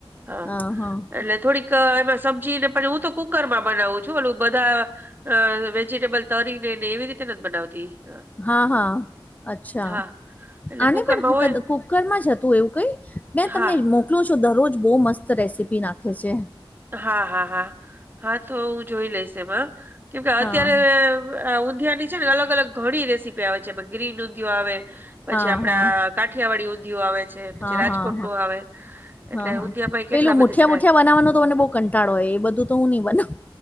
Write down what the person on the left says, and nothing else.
હા હા
હા હા અચ્છા
આને
પણ
કુકદ
કુકરમાં જ હતું એવું કઈ મેં તમને
મો કલુ છુ દરરોજ બહુ મસ્ત રેસીપી નાખે છે.
હા
હા
હા હા
હા
હા
હા હા
પેલું
મુઠિયા
મુઠિયા
બનાવવાનો તો મને બહુ કંટાળો હોય એ બધું તો હું નહી બનાવ